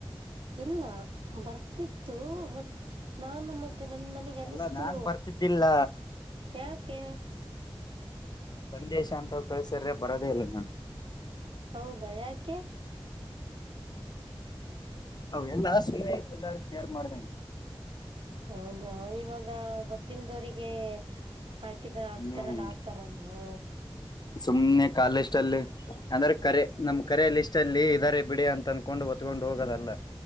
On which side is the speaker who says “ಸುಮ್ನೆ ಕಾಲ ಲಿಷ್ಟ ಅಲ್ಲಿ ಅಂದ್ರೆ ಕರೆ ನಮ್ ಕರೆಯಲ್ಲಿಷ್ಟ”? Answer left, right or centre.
Left